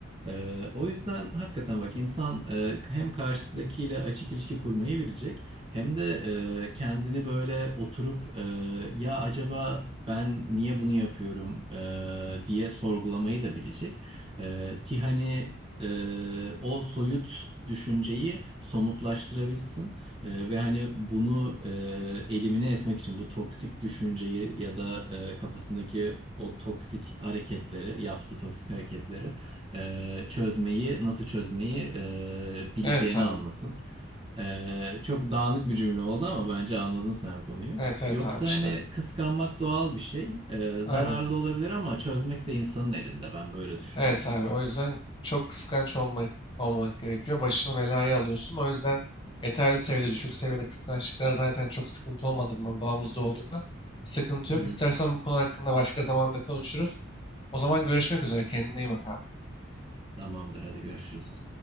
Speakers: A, on the right (about 30°); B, on the left (about 25°).
A: Ee, o yüzden hakikaten bak insan e, hem karşısındakiyle açık ilişki kurmayı bilecek. Hem de e, kendini böyle oturup e, ya acaba ben niye bunu yapıyorum e, diye sorgulamayı da bilecek. E, ki hani e, o soyut düşünceyi somutlaştırabilsin E, ve hani bunu e, elimine etmek için bu toksik düşünceyi ya da e, kafasındaki o toksik hareketleri, yaptığı toksik hareketleri e, çözmeyi, nasıl çözmeyi e, bileceğini
B: Evet abi.
A: anlasın. Ee, çok dağınık bir cümle oldu ama bence anladın sen konuyu.
B: Evet evet
A: Yoksa
B: abi işte.
A: hani kıskanmak doğal bir şey. Ee, zararlı
B: Aynen.
A: olabilir ama çözmek de insanın elinde. Ben böyle düşünüyorum.
B: Evet abi. O yüzden çok kıskanç olmak olmak gerekiyor. Başına belayı alıyorsun. O yüzden yeterli seviyede, düşük seviyede kıskançlıklar zaten çok sıkıntı olmadığından, doğamızda olduğundan sıkıntı yok.
A: Hı hı.
B: İstersen bu konu hakkında başka zamanda konuşuruz. O zaman görüşmek üzere. Kendine iyi bak abi.
A: Tamamdır, hadi görüşürüz.